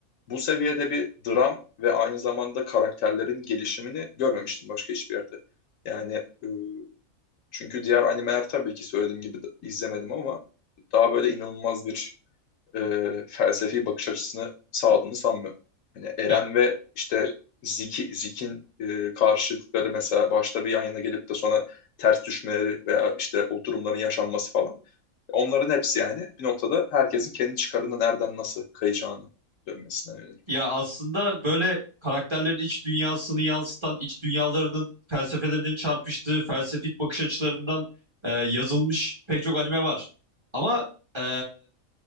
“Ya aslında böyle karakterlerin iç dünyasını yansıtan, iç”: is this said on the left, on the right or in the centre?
Right